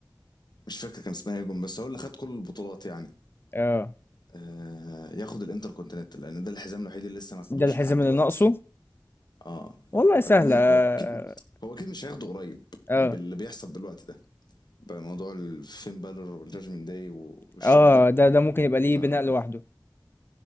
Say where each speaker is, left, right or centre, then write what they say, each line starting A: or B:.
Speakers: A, on the left (about 65°); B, on the left (about 30°).
A: مش فاكر كان اسمها ايه جون بس هو اللي خد كل البطولات يعني
B: اه
A: آه ياخد الانتر كونتيننتال لان ده الحزام الوحيد اللي لسه ما خدوش
B: ده الحزام
A: لحد دلوقتي
B: اللي ناقصه
A: اه
B: والله سهلة
A: اتمنى
B: اه
A: هو اكيد هو اكيد مش هياخده قريب
B: اه
A: باللي بيحصل دلوقتي ده بموضوع الفين بالور والجاجمنت داي والشغل
B: آه،
A: ده
B: ده ده ممكن يبقى ليه
A: اه
B: بناء لوحده